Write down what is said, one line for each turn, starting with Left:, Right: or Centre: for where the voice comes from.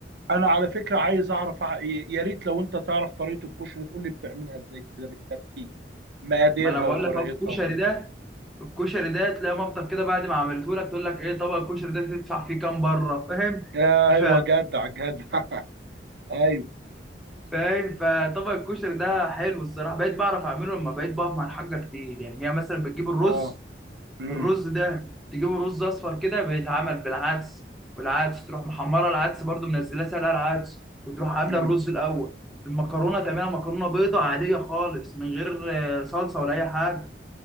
Right: انا على فكره عايز اعرف ع- يا ريت لو انت تعرف طريقه الكشري تقول لي بتعملها ازاي كده بالترتيب مقاديرها
Centre: ما انا بقول
Right: وطريقتها
Centre: لك اهو الكشري
Right: وكده
Centre: ده الكشري ده تلاقي مامتك كده بعد ما عملته لك تقول لك ايه طبق الكشري ده تدفع فيه كام بره فاهم
Right: آه،
Centre: ف...
Right: ايوه جدع جدع <laughs> ايوه
Centre: فاهم فطبق الكشري ده حلو الصراحه بقيت بعرف اعمله لما بقيت بقف مع الحاجه كتير يعني هي مثلا بتجيب الرز
Right: اه امم
Centre: الرز ده تجيبه رز اصفر كده بيتعمل بالعدس والعدس تروح محمره العدس برده منزلاه سلقه العدس وتروح عامله
Right: امم
Centre: الرز الاول المكرونه تعملها مكرونه بيضه عاديه خالص من غير آه، صلصه ولا اي حاجه